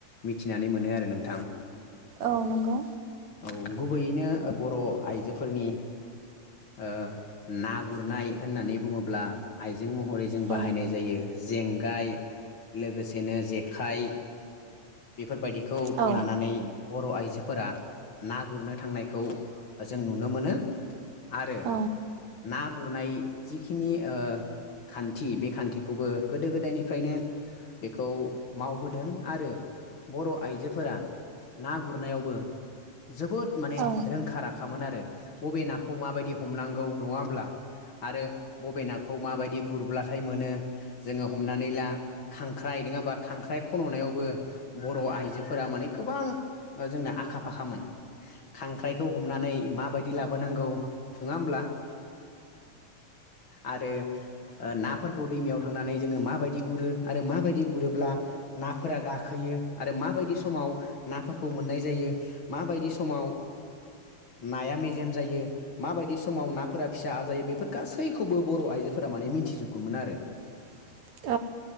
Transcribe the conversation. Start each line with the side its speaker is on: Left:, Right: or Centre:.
Left: मिथिनानै मोनो आरो नोंथां।
Right: औ नंगौ।
Left: औ गुबैयैनो बर' आइजोफोरनि ओ ना गुरनाय होननानै बुङोब्ला आइ जों महरै जों
Right: औ
Left: बाहायनाय जायो जेंगाय लोगोसेनो जेखाइ बेफोरबायदिखो
Right: औ
Left: लानानै बर' आइ जोफोरा ना गुरनो थांनायखौ जों नुनो मोनो। आरो
Right: औ
Left: ना गुरनाय जिखिनि ओ खान्थि बे खान्थिखौबो गोदो गोदायनिफ्रायनो बेखौ मावबोदों आरो बर' आइजो फोरा ना गुरनायावबो जोबोद माने
Right: औ नंगौ
Left: रोंखा राखामोन आरो बबे नाखौ माबायदि हमनांगौ नङा होमब्ला आरो बबे नाखौ माबायदि गुरब्लाथाय मोनो जोङो हमनानै ला खांख्राइ नङा होनबा खांख्राइ खन'नायावबो बर' आइजो फोरा माने गोबां जोंना आखा फाखामोन खांख्राइखौ हमनानै माबायदि ला बो नांगौ नङा होमब्ला। आरो ओ नाफोरखौ दैमायाव। थांनानै जोंङो मायदि गुरो आरो मायदि गुरोब्ला नाफोरा गाखोयो आरो मायदि सु समाव नाफोरखौ मोननाय जायो माबायदि समाव। नाया मेजेम जायो माबायदि समाव नाफोरा फिसा आजायो बेफोर गासैखौबो बर' आइजो। फोरा माने मिन्थिजोबगौमोन आरो।
Right: <unintelligible>